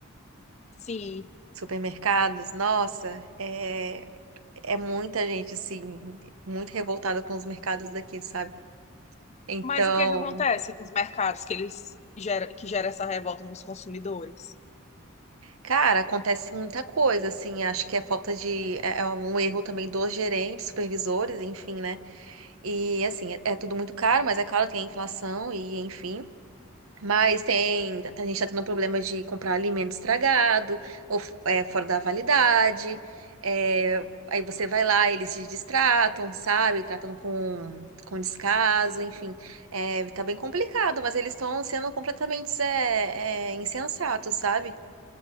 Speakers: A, on the left (about 30°); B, on the right (about 85°).
A: Sim.
B: Supermercados, nossa, é, é muita gente, assim, muito revoltada com os mercados daqui, sabe? Então,
A: Mas o que é que acontece com os mercados que eles gera, que gera essa revolta nos consumidores?
B: cara, acontece muita coisa, assim, acho que é falta de, é é um erro também dos gerentes, supervisores, enfim, né? E, assim, é, é tudo muito caro, mas é claro, tem a inflação e, enfim. Mas tem, a gente tá tendo problema de comprar alimento estragado ou é, fora da validade. é, aí você vai lá, eles se distratam, sabe? Tratam com, com descaso, enfim. É, tá bem complicado, mas eles estão sendo completamente é, é, insensatos, sabe?